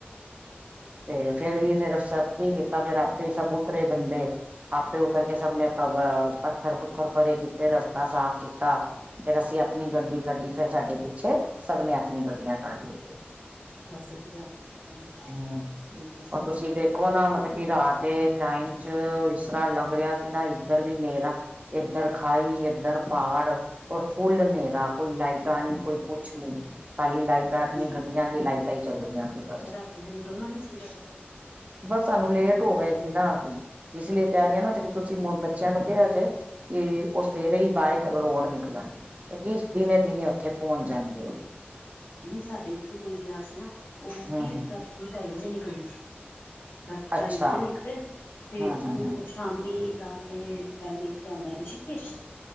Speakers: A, on the left; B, on the right.
A: ਜੀ ਹਾਂ
B: ਤੇ ਫੇਰ ਵੀ ਫਿਰ ਐਕਸੈਪਟ ਨਹੀਂ ਕੀਤਾ, ਫਿਰ ਆਪੇ ਸਬੂਤਰੇ ਬੰਦੇ ਆਪੇ ਉੱਤਰ ਕੇ ਸਭ ਨੇ ਪੱਥਰ ਪੁੱਥਰ ਭਰੇ ਕੀਤੇ, ਰਸਤਾ ਸਾਫ ਕੀਤਾ। ਫੇਰ ਅਸੀਂ ਆਪਣੀ ਗੱਡੀ ਕੱਢੀ, ਫਿਰ ਸਾਡੇ ਪਿੱਛੇ ਸਭ ਨੇ ਆਪ ਗੱਡੀਆਂ ਕੱਢ ਉੱਥੇ,
A: ਬਸ ਇਹੀ ਡਰ ਲੱਗਦਾ ਨਾ ਫਿਰ ਬਾਹਰ
B: ਹੂ
A: ਕੋਈ ਭੇਜਣਾ
B: ਉਹ ਤੁਸੀਂ ਦੇਖੋ
A: ਕਿਉਂਕਿ
B: ਨਾ,
A: ਉੱਧਰ
B: ਮਤਲਬ
A: ਤਾਂ
B: ਕੀ ਰਾਤ ਦੇ ਟਾਈਮ ਚ ਇਸ ਤਰ੍ਹਾਂ ਲੱਗ ਰਿਹਾ ਸੀ ਨਾ, ਇੱਧਰ ਵੀ ਹਨੇਰਾ ਇੱਧਰ ਖਾਈ, ਇੱਧਰ ਪਹਾੜ ਹੋਰ ਫੁੱਲ ਹਨੇਰਾ, ਕੋਈ ਲਾਈਟਾ ਨਹੀਂ ਕੋਈ ਕੁਛ ਨਹੀਂ। ਖਾਲੀ ਲਾਈਟਾਂ
A: ਠੰਡਾ
B: ਆਪਣੀ ਗੱਡੀਆਂ ਵੀ ਲਾਈਟਾਂ ਹੀ ਚੱਲ ਰਹੀਆਂ ਸੀ ਬਸ।
A: ਰਾਤੀ ਤੇ ਨਿਕਲਣਾ ਨੀ ਚਾਹੀਦਾ ਫਿਰ
B: ਬਸ ਸਾਨੂੰ ਲੇਟ ਹੋ ਗਏ ਸੀ ਨਾ ਅਸੀਂ ਇਸ ਲਈ ਕਹਿ ਰਹੇ ਹਾਂ ਨਾ ਤੇ ਤੁਸੀਂ ਬੱਚਿਆਂ ਨੂੰ ਕਿਹਾ ਜੇ, ਕਿ ਉਹ ਸਵੇਰੇ ਹੀ ਬਾਏ ਰੋਡ ਨਿਕਲਣ। ਐਟ ਲੀਸਟ ਦਿਨੇ ਦਿਨੇ ਉੱਥੇ ਪਹੁੰਚ ਜਾਂਦੇ ਹੋ।
A: ਨਹੀਂ ਸਾਡੇ ਇੱਥੋਂ ਕੋਈ ਗਿਆ ਸੀ ਨਾ, ਉਹ
B: ਹਮ
A: ਕੀ
B: ਹਮ
A: ਰਾਤੀ ਢਾਈ ਵੱਜੇ ਨਿਕਲਦੀ ਸੀ। ਰਾਤੀ
B: ਅੱਛਾ
A: ਢਾਈ ਵੱਜੇ ਨਿਕਲੇ ਤੇ
B: ਹਮ ਹਮ
A: ਉਹ
B: ਹਮ
A: ਸ਼ਾਮੀ ਰਾਤ ਕਿ ਪਹਿਲੇ ਇੱਥੇ ਆਉਂਦਾ ਰਿਸ਼ਕੇਸ਼,